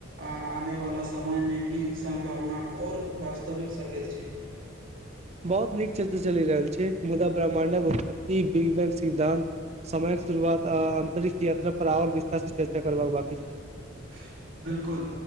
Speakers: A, on the right; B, on the right.
A: आ आनेवाला समय में ई सम्भावना और वास्तविक सकैत छै।
B: बहोत नीक चर्चा चली रेहल छै मुदा ब्रह्माण्डक उत्पत्ति, बिग बैंग सिद्धान्त समयक शुरुआत आ अंतरिक्ष यात्रा पर आओर विस्तार से चर्चा करबाक बाकी छै।
A: <inaudible> बिलकुल,